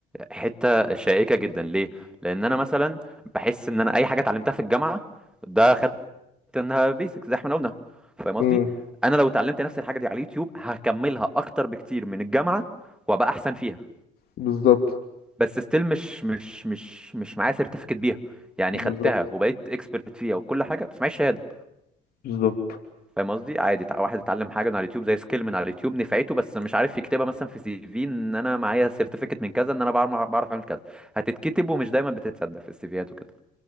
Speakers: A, in the centre; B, on the left (about 65°).
A: حته شائكه جدا ليه لان انا مثلا بحس ان انا اي حاجه اتعلمتها في الجامعه ده خدت انها بيسكس زي ما احنا قلنا فاهم قصدي
B: م،
A: انا لو اتعلمت نفس الحاجه دي على اليوتيوب هكملها اكتر بكتير من الجامعه وابقى احسن فيها
B: بالظبط
A: بس ستيل مش مش مش مش معايا سيرتيفيكت بيها يعني خدتها
B: بالظبط
A: وبقيت اكسبرت فيها وكل حاجه بس معيش شهاده
B: بالظبط
A: فاهم قصدي عادي تع- واحد اتعلم حاجه من على اليوتيوب زي سكيل من على اليوتيوب نفعته بس مش عارف يكتبها مثلا في سي في ان انا معايا سيرتيفيكت من كذا ان انا بعرف بعرف اعمل كذا هتتكتب ومش دايما بتتصدق في السي فيات وكده